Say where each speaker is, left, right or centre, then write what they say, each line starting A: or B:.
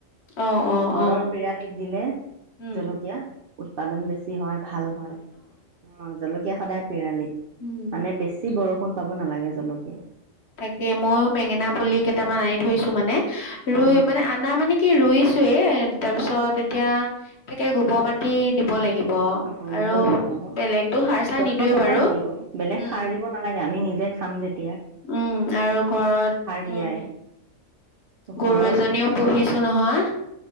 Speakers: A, on the left; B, on the right.
A: অ অ
B: ঘৰৰ
A: অ
B: পিৰালীত দিলে
A: উম
B: জলকীয়া।। উৎপাদন বেছি হয় ভাল হয় অ জলকীয়া সদায়।। পৰালি
A: উম
B: মানে বেছি বৰষুণ পাব নালাগে।। জলকীয়া
A: তাকে ময়ো বেঙেনা পুলি কেইটামান আনিম।। থৈছো মানে। ৰুই
B: অ
A: মানে আনা মানে কি ৰুইছো।। তে তাৰ পিছত এতিয়া তাকে গোবৰ মাটি দিব লাগিব
B: অ
A: আৰু
B: দিব লাগিব আকৌ
A: বেলেগতো সাৰ চাৰ
B: যত্ন
A: নিদোৱে
B: লবই
A: বাৰু
B: লাগিব বেলেগ
A: উম
B: সাৰ দিব নালাগে আমি নিজে খান্দে
A: উম আৰু ঘৰত
B: দিয়াই
A: উম
B: ঘৰৰ
A: গৰু এজনীও
B: খিনি
A: পুহিছো নহয়